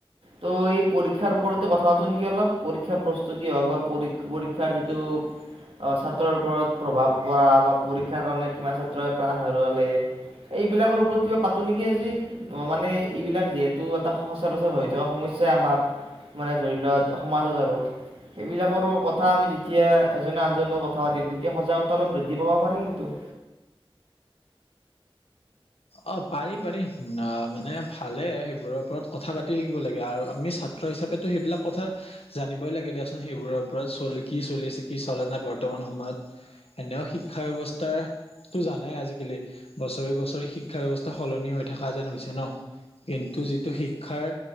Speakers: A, on the right; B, on the left.
A: তো এই পৰীক্ষাৰ ওপৰতে কথা পাতো নে কি অলপ, পৰীক্ষাৰ প্ৰস্তুতি হওুক বা পৰীক্ষাৰ যিটো ছাত্ৰৰ ওপৰত প্ৰভাৱ পৰা বা পৰীক্ষাৰ কাৰণে কিমান ছাত্ৰই প্ৰাণ হেৰুৱালে এইবিলাকৰ ওপৰত কিবা পাতো নেকি আজি? মানে এইবিলাক যিহেতু এটা সচৰাচৰ হৈ থকা সমস্যাই আমাৰ। মানে ধৰি লোৱা সমাজত আৰু। সেইবিলাকৰ কথা আমি যেতিয়া এজনে আনজন লগত কথা পাতিম তেতিয়া সজাগতা অলপ বৃদ্ধি পাব পাৰে। টো
B: অ' পাৰি পাৰি। অ' মানে ভালে হয় সেইবোৰৰ ওপৰত কথা পাতি থাকিব লাগে আৰু আমি ছাত্ৰ হিচাপেতো সেইবিলাক কথা জানিবই লাগে দিয়াচোন, সেইবোৰৰ ওপৰত চল কি চলি আছে কি চলা নাই বৰ্তমান সময়ত। এনেও শিক্ষা ব্যৱস্থাটো জানাই আজিকালি বছৰি বছৰি শিক শিক্ষা ব্যৱস্থা সলনি হৈ থকা যেন হৈছে ন। কিন্তু যিটো শিক্ষাৰ